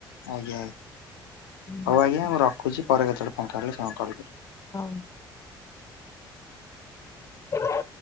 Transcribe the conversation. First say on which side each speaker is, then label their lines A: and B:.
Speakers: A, on the left; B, on the left.
A: ଆଜ୍ଞା।
B: ହୁଁ
A: ହଉ ଆଜ୍ଞା ମୁଁ ରଖୁଛି ପରେ କେତେବେଳେ ଫାଙ୍କା ହେଲେ କଲ କ
B: ହଉ। ହ